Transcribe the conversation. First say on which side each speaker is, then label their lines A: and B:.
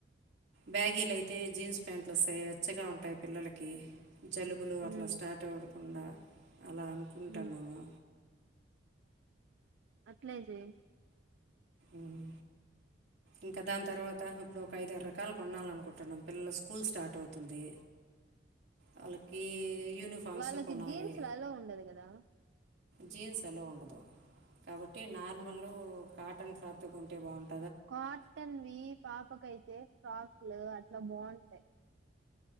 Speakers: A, on the right; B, on the right.
A: బ్యాగీలుయితే జీన్స్ ప్యాంట్లు వస్తాయి వెచ్చగా ఉంటాయి పిల్లలకి జలుబులు
B: హ్మ్
A: అట్లా స్టార్ట్ అవ్వకుండా అలా అనుకుంటున్నాము
B: హ్మ్ అట్లేజే
A: మ్మ్ ఇంకా దాని తర్వాత ఇప్పుడు ఒక ఐద ఆరు రకాాల కొండాలనుకుంటున్నాం పిల్లలు స్కూల్ స్టార్ట్ అవుతుంది వాళ్ళకి యూనిఫామ్స్
B: వాళ్ళకి
A: కొనాలి
B: జీన్స్ లో ఉండదు కదా
A: జీన్స్ అల్లఓ ఉండదు కాబట్టి నార్మల్ కాటన్ క్లాత్ ఉంటే బాగుంటుంది
B: కాటన్వి పాపకైతే ఫ్రాక్లు అట్లా బాగుంటాయి